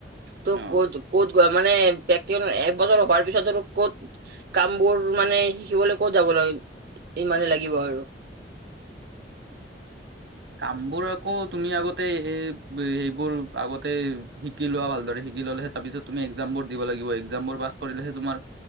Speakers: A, on the right; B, on the right.
A: ত
B: অ
A: কত গৱা- মানে ব্যক্তি এক বছৰ হোৱাৰ পিছত আৰু ক'ত কাম বোৰ মানে শিকিবলৈ ক'ত যাব লাগিব? ই মানে লাগিব আৰু।
B: <unintelligible> কাম বোৰ আকৌ তুমি আগতে এই হেইবোৰ আগতে শিকি লোৱা ভালদৰে শিক শিকি ললে হে তাৰপিছত তুমি এক্সাম বোৰ দিব লাগিব, এক্সাম বোৰ পাছ কৰিলেহে তোমাৰ